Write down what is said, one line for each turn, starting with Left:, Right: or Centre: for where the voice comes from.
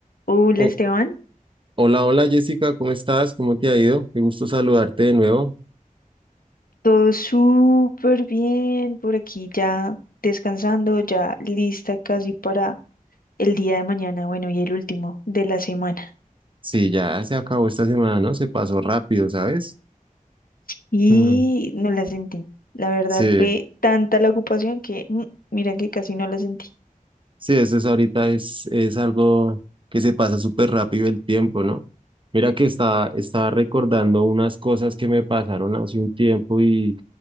Left: Hola
Right: Oh,
Left: Esteban,
Right: hola, hola Jessica, ¿cómo estás? ¿Cómo te ha ido? Qué gusto saludarte de nuevo.
Left: todo súper bien por aquí ya descansando, ya lista casi para el día de mañana, bueno, y el último de la semana.
Right: Sí, ya se acabó esta semana, ¿no? Se pasó rápido, ¿sabes?
Left: Y
Right: Mm,
Left: no la sentí, la verdad
Right: sí,
Left: fue tanta la ocupación que mm, mira que casi no la sentí.
Right: sí, eso es ahorita, es, es algo que se pasa súper rápido el tiempo, ¿no? Mira que estaba, estaba recordando unas cosas que me pasaron hace un tiempo y,